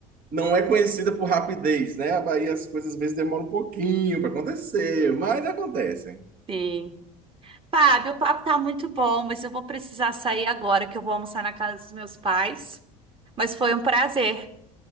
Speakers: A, on the right; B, on the right.
A: Não é conhecida por rapidez, né? A Bahia, as coisas às vezes demoram um pouquinho para acontecer, mas acontecem.
B: Sim. Fábio, o papo tá muito bom, mas eu vou precisar sair agora, que eu vou almoçar na casa dos meus pais. Mas foi um prazer.